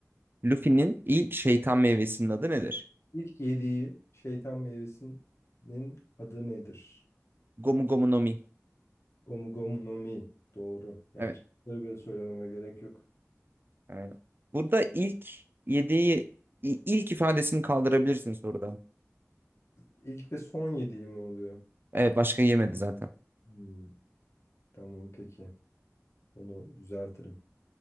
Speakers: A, on the right (about 40°); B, on the left (about 55°).
A: Luffy'nin ilk şeytan meyvesinin adı nedir?
B: İlk yediği şeytan meyvesinin adı nedir?
A: Gomu Gomu no Mi.
B: Gomu Gomu no Mi. Doğru. Yani
A: Evet.
B: şıkları bile söylememe gerek yok.
A: Ee, Burada ilk yediği i- ilk ifadesini kaldırabilirsin sorudan.
B: İlk ve son yediği mi oluyor?
A: Evet başka yemedi zaten.
B: Hmm, tamam peki. Onu düzeltirim.